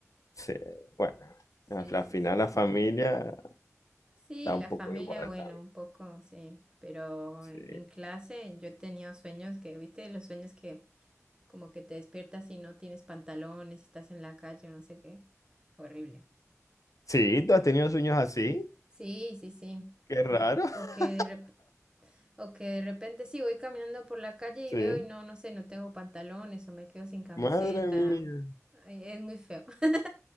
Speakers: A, on the left; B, on the right.
A: Sí, bueno,
B: Sí,
A: al al
B: sí,
A: final
B: sí, sí.
A: la familia
B: Sí,
A: da
B: la
A: un poco
B: familia,
A: igual
B: bueno,
A: también.
B: un poco, sí. Pero
A: Sí.
B: en clase yo he tenido sueños que, viste, los sueños que como que te despiertas y no tienes pantalones, estás en la calle o no sé qué. Horrible.
A: Sí, tú has tenido sueños así.
B: Sí, sí, sí.
A: Qué raro.
B: O, o que
A: <laughs>
B: de O que de repente sí voy caminando por la calle
A: Sí.
B: y veo y no, no sé, no tengo pantalones o me quedo sin camiseta.
A: Madre mía.
B: Ay, es muy feo. <laughs>